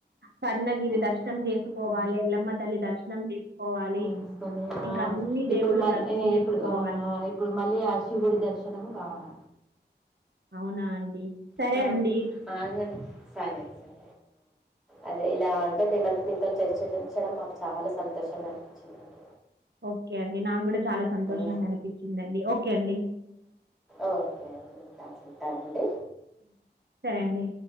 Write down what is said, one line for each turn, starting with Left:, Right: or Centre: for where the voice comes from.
Right: స్ర్ణగిరి
Centre: ఆ,
Right: దర్శనం చేసుకోవాలి
Centre: ఆ,
Right: ఎల్లమ్మ తల్లి దర్శనం చేసుకోవాలి
Centre: ఆ, వేసుకొని, ఆ,
Right: ఇంకా అన్ని
Centre: ఇప్పుడు
Right: దేవుళ్ళ
Centre: మళ్ళీ
Right: దర్శనం చేసుకోవాలి
Centre: ఇప్పుడు ఆ, ఇప్పుడు మళ్ళీ ఆ శివుడి దర్శనము కావాలి
Right: అవునా అండి సరే
Centre: ఆ
Right: అండి
Centre: ఆగండి సరే సరే అదే ఇలా అంటే మిమ్మల్ మీతో చర్చించడం మాకు చాలా సంతోషంగా అనిపించిందండి
Right: ఓకే అండి నా కూడా చాలా సంతోషంగా
Centre: ఉమ్.
Right: అనిపించిందండి ఓకే అండి
Centre: ఓకే అండి ఉంటాను ఉంటానండి
Right: సరే అండి